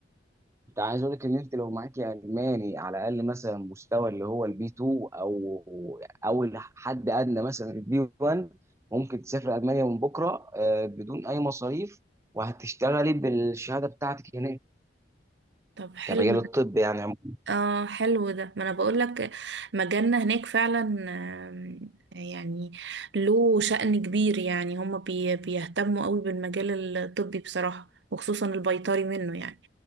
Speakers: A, on the right (about 15°); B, on the right (about 75°).
A: انت عايز اقول لك ان انت لو معاكي الماني على الاقل مثلا مستوى اللي هو البي 2 او او حد ادنى مثلا البي 1 ممكن تسافر المانيا من بكره آه، بدون اي مصاريف وهتشتغلي بالشهاده بتاعتك هناك
B: طب حلو
A: كمجال الطب يعني عموما.
B: اه حلو ده ما انا بقول لك مجالنا هناك فعلا آم، يعني له شأن كبير يعني هما بي بيهتموا قوي بالمجال الطبي بصراحة وخصوصا البيطري منه يعني